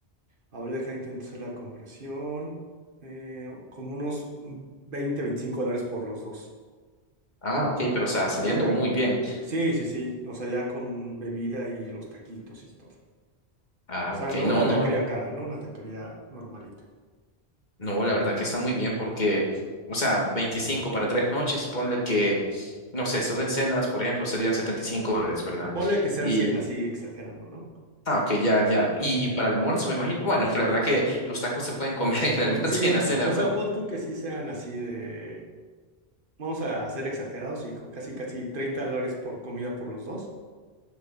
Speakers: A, on the right; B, on the left.
A: a ver, deja intento hacer la conversión, eh, como unos 20 25 dólares por los dos.
B: Ah, ok, pero o sea, saliendo
A: yo creo.
B: muy bien.
A: Sí, sí, sí. O sea, ya con bebida y los taquitos y todo.
B: Ah,
A: O sea,
B: ok,
A: no
B: no,
A: una
B: no.
A: taquería cara, no una taquería normalita.
B: No, la verdad que está muy bien porque, o sea, 25 para tres noches, ponle que, no sé, solo en cenas, por ejemplo, serían 75 dólares, ¿verdad?
A: Ponle que sean
B: Y,
A: 100 así exagerando, ¿no?
B: ah, ok, ya, ya. Y
A: Ah,
B: para el almuerzo, me imagino. Bueno, es que la verdad que los tacos se pueden comer <laughs> en el
A: mm,
B: almuerzo
A: Sí,
B: y en la cena,
A: o
B: ¿verdad?
A: sea, pon tú que sí sean así de, vamos a ser exagerados y co- casi, casi 30 dólares por comida por los dos.